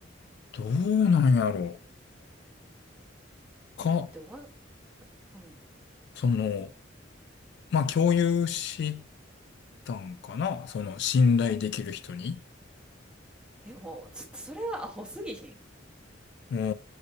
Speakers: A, on the left; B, in the centre.
A: どうなんやろう。か、
B: だってわ、うん。
A: その、まあ、共有したんかな。その、信頼できる人に。
B: でも、ちょっとそれはアホすぎひんっ
A: うー